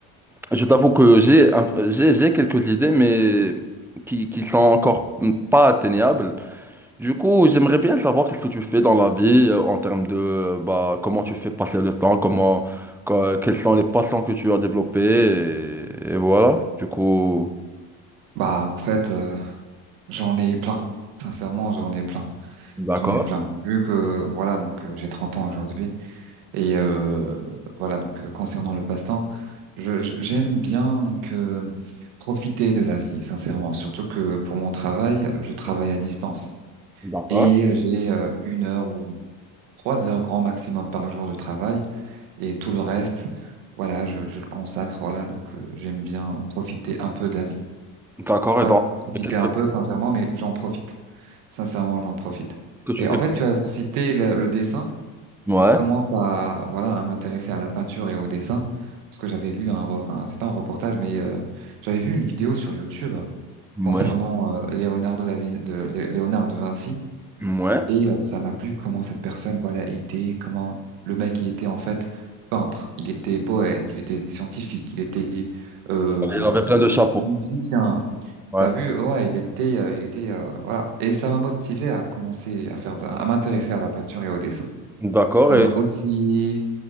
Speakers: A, in the centre; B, on the right (about 85°).
A: Je t'avoue que j'ai un- j'ai j'ai quelques idées mais qui, qui sont encore pas atteignables. Du coup, j'aimerais bien savoir qu'est-ce que tu fais dans la vie euh, en termes de euh, bah, comment tu fais passer le temps, comment, que- quelles sont les passions que tu as développées, et, et voilà. Du coup.
B: Bah, en fait, euh, j'en ai plein. Sincèrement, j'en ai plein.
A: D'accord,
B: J'en ai plein. Vu que, voilà, donc euh, j'ai 30 ans aujourd'hui. Et euh, voilà, donc euh, concernant le passe-temps, je, je- j'aime bien donc euh, profiter de la vie, sincèrement. Surtout que pour mon travail, je travaille à distance.
A: d'accord.
B: Et j'ai euh, une heure ou trois heures grand maximum par jour de travail. Et tout le reste, voilà, je, je le consacre. Voilà, donc euh, j'aime bien profiter un peu de la vie.
A: D'accord,
B: pas
A: et donc,
B: profiter
A: et qu'est-ce que,
B: un peu, sincèrement, mais j'en profite. Sincèrement, j'en profite.
A: que tu
B: Et
A: fais?
B: en fait, tu as cité le, le dessin.
A: Ouais,
B: Je commence à, voilà, à m'intéresser à la peinture et au dessin. Parce que j'avais lu un, re- un- c'est pas un reportage, mais euh, j'avais vu une vidéo sur YouTube
A: ouais,
B: concernant euh, Leonardo da Vin- de, Lé- Léonard de Vinci.
A: ouais.
B: Et euh, ça m'a plu comment cette personne, voilà, était, comment le mec, il était en fait peintre, il était poète, il était scientifique, il était euh,
A: Il avait plein de chapeaux.
B: musicien.
A: Ouais.
B: T'as vu, ouais, il était, euh, il était, euh, voilà. Et ça m'a motivé à commencer à faire, de- à m'intéresser à la peinture et au dessin.
A: D'accord,
B: Euh,
A: et
B: aussi,